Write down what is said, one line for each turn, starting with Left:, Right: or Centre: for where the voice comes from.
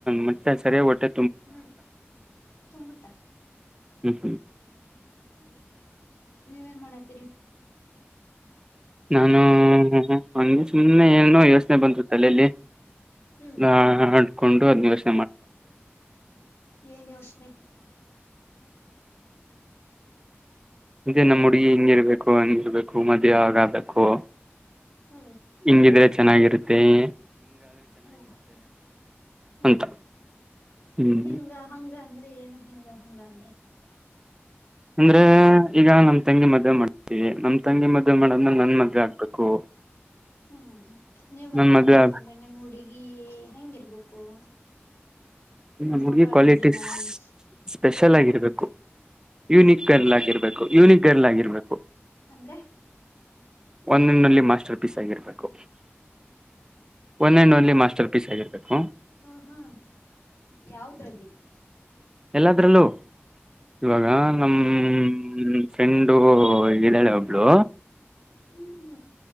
Right: ಮತ್ತೆ ಸರಿಯಾಗ್ ಒಟ್ಟೆ.
Left: ಹ್ಮ್ ತುಂಬುತ್ತ
Right: ಹ್ಮ್ ಹ್ಮ್
Left: ಹ್ಮ. ನೀವೇನ್ ಮಾಡತ್ತೀರಿ?
Right: ನಾನು ಹಂಗೆ ಸುಮ್ನೆ ಏನೆನೊ ಯೋಸ್ನೆ ಬಂತು ತಲೇಲಿ.
Left: ಹ್ಮ್
Right: ನಾ ಅಂಡ್. ಕೊಂಡು ಅದ್ನೊಸ್
Left: ಏನ್ ಯೋಚ್ನೆ?
Right: ಇದೆ ನಮ್ ಹುಡ್ಗಿ ಹಿಂಗಿರ್ಬೇಕ್ <unintelligible>
Left: ಹ್ಮ್
Right: ಇಂಗಿದ್ರೆ ಚೆನ್ನಾಗಿರುತ್ತೆಯೇ
Left: ಹೂ ಹೂ
Right: ಅಂತ ಹ್ಮ್
Left: ಹಿಂಗ ಹಂಗ ಅಂದ್ ಏನು ಹಿಂಗ ಹಂಗ ಅಂದ್ರ.
Right: ಅಂದ್ರೆ ಈಗ ನಮ್ ತಂಗಿ ಮದ್ವೆೆ ಮಾಡ್ತೀವಿ ನಮ್ ತಂಗಿ ಮದ್ವೆ ಮಾಡಾದ್ಮೇಲ್ ನನ್ ಮದ್ವೆ ಆಗ್ಬೇಕು.
Left: ಹ್ಮು ನೀವ್ ಮದ್ವಿವೆ
Right: ನನ್ ಮದ್ವೆ
Left: ಆಗ್ಬೇಕಂದ್ರೆ ನಿಮ್ಮ್ ಹುಡುಗಿ ಹೆಂಗಿರ್ಬೇಕು. <inaudible>
Right: ನಮ್
Left: ವಾಟ್
Right: ಹುಡುಗಿ
Left: are
Right: qualities
Left: the demands
Right: special ಆಗಿರ್ಬೇಕು
Left: ಹ್ಮ್
Right: ಯುನಿಕ್ಕಲ್ ಆಗಿರ್ಬೇಕು. ಯೂನಿ ಗರ್ಲ್ ಆಗಿರ್ಬೇಕು.
Left: ಅಂದ್ರೆ
Right: ಒಂದನಲ್ಲಿ ಮಾಸ್ಟರ್ <unintelligible> ಆಗಿರ್ಬೇಕು. ಒಂದ್ ಆಂಡ್ ಓನ್ಲಿ ಮಾಸ್ ಚಲ್ ಪೀಸ್ ಆಗಿರ್ಬೇಕು.
Left: ಹ ಹ. ಯಾವದ್ರಲ್ಲಿ
Right: ಎಲ್ಲಾದ್ರಲ್ಲೂ
Left: ಹ್ಮ್
Right: ಇವಾಗ ನಮ್ಮ ಹ್ಮು <unintelligible> ಅದು ಇದಾಳೆ ಒಬ್ಳು.
Left: ಹ್ಮು